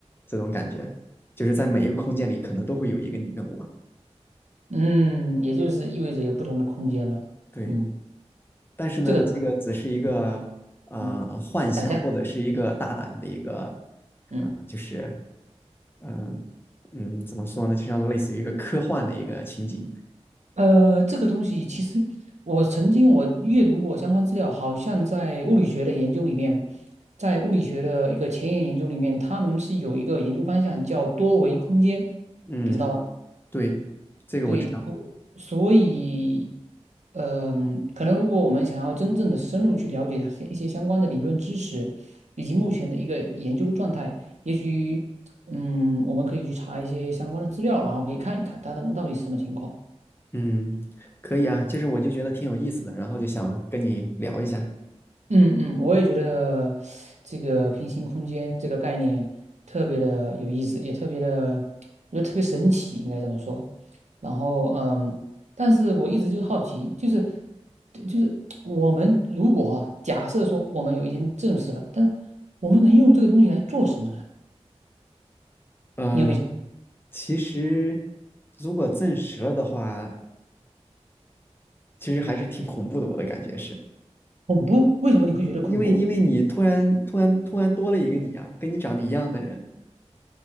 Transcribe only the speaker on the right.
嗯，也就是意味着有不同的空间了，
嗯，
这个，
嗯嗯，一下，嗯，
呃，这个东西其实我曾经我阅读过相关资料，好像在物理学的研究里面，在物理学的一个前沿研究里面，他们是有一个研究方向叫多维空间，
你知道吧？
对，所以，嗯、可能如果我们想要真正的深入去了解它一些相关的理论知识，以及目前的一个研究的状态，也许，嗯，我们可以去查一些相关的资料，然后可以看一看它它们到底是什么情况。
嗯嗯，我也觉得这个平行空间这个概念特别的有意思，也特别的，我觉得特别神奇，应该这么说。然后嗯，但是我一直就好奇，就是就是我们如果啊，假设说我们有一天证实了，但我们能用这个东西来做什么呢？
你有没有
恐怖？为什么你会觉得恐怖？